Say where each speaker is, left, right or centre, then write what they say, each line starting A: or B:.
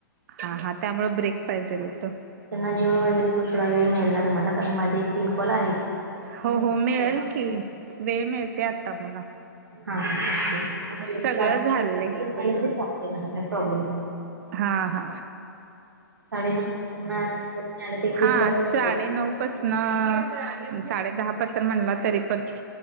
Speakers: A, on the right; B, on the right.
A: हा हा त्यामुळे ब्रेक पाहिजेल होत.
B: त्यांना जेवन वगैरे थोडा वेळ मिळणार तुम्हाला कारण माझ एक तीन कॉल आहे.
A: हो हो मिळेल की वेळ मिळतय आता मला.
B: हा ओके
A: सगळं
B: साडे
A: झालं
B: नऊ नंतर
A: बैल
B: आले तरी चालते मला काही प्रॉब्लेम
A: हा हा
B: साडेनऊ नंतर ते तीन
A: हा
B: कॉल होऊन
A: साडे
B: जातील
A: नऊ पसन साडे दहा पतर म्हणलं तरी पण